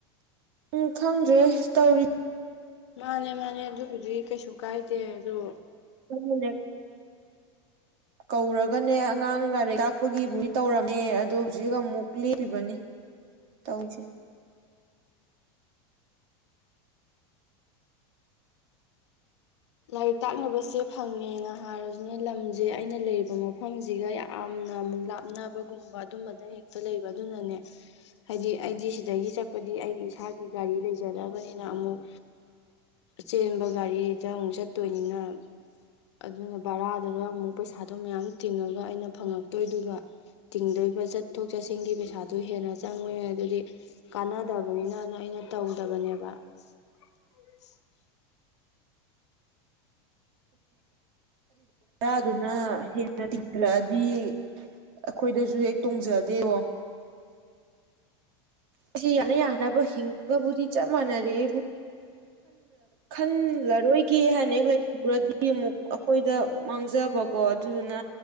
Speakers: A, on the right (about 65°); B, on the left (about 85°).
A: ꯎꯝ ꯈꯪꯗ꯭ꯔꯦ ꯇꯧꯔꯤ
B: ꯃꯥꯅꯦ ꯃꯥꯅꯦ ꯑꯗꯨꯕꯨꯗꯤ ꯀꯩꯁꯨ ꯀꯥꯏꯗꯦ ꯑꯗꯨ
A: ꯑꯟꯅ <unintelligible> ꯀꯧꯔꯛ ꯅꯦ ꯑꯉꯥꯡ ꯂꯥꯏꯔꯤꯛ ꯇꯥꯛꯄꯒꯤꯕꯨꯗꯤ ꯇꯧꯔꯝꯃꯦ ꯑꯗꯣ ꯍꯧꯖꯤꯛ ꯑꯃꯨꯛ ꯂꯦꯞꯄꯤꯕꯅꯤ ꯇꯧꯁꯦ
B: ꯂꯥꯏꯔꯤꯛ ꯇꯥꯛꯅꯕꯁꯦ ꯐꯪꯉꯦꯅ ꯍꯥꯏꯔꯗꯨꯅ ꯂꯝꯁꯦ ꯑꯩꯅ ꯂꯩꯔꯤꯕ ꯃꯐꯝꯁꯤꯒ ꯌꯥꯝꯅ ꯑꯃꯨꯛ ꯂꯥꯞꯅꯕꯒꯨꯝꯕ ꯑꯗꯨꯝꯕꯗ ꯍꯦꯛꯇ ꯂꯩꯕ ꯑꯗꯨꯅꯅꯦ ꯍꯥꯏꯗꯤ ꯑꯩꯗꯤ ꯁꯤꯗꯒꯤ ꯆꯠꯄꯗꯤ ꯑꯩꯒꯤ ꯏꯁꯥꯒꯤ ꯒꯥꯔꯤ ꯂꯩꯖꯗꯕꯅꯤꯅ ꯑꯃꯨꯛ ꯆꯦꯟꯕ ꯒꯥꯔꯤ ꯈꯤꯇꯪ ꯑꯃꯨꯛ ꯆꯠꯇꯣꯏꯅꯤꯅ ꯑꯗꯨꯅ ꯚꯔꯥꯗꯨꯗ ꯑꯃꯨꯛ ꯄꯩꯁꯥꯗꯣ ꯃꯌꯥꯝ ꯇꯤꯡꯉꯒ ꯑꯩꯅ ꯐꯪꯉꯛꯇꯣꯏꯗꯨꯒ ꯇꯤꯡꯗꯣꯏꯕ ꯆꯠꯊꯣꯛ ꯆꯠꯁꯤꯟꯒꯤ ꯄꯩꯁꯥꯗꯣ ꯍꯦꯟꯅ ꯆꯪꯉꯣꯏ ꯑꯗꯨꯗꯤ ꯀꯥꯟꯅꯗꯕꯅꯤꯅꯅ ꯑꯩꯅ ꯇꯧꯗꯕꯅꯦꯕ ꯍ
A: ꯑꯗꯨ ꯅ ꯍꯦꯟꯅ ꯊꯤꯡꯁꯤꯜꯂꯛꯑꯗꯤ ꯑꯩꯈꯣꯏꯗꯁꯨ ꯍꯦꯛ ꯇꯣꯡꯖꯗꯦꯕꯣ ꯑꯩꯁꯤ ꯌꯥꯅ ꯌꯥꯅꯕ ꯍꯤꯡꯒꯕꯨꯗꯤ ꯆꯞ ꯃꯥꯟꯅꯔꯦꯕꯨ ꯈꯜꯂꯔꯣꯏ ꯀ ꯍꯥꯏꯅꯤ ꯑꯩꯣꯏ ꯀꯤꯃꯨꯛ ꯑꯩꯈꯣꯏꯗ ꯃꯥꯡꯖꯕꯀꯣ ꯑꯗꯨꯗꯨꯅ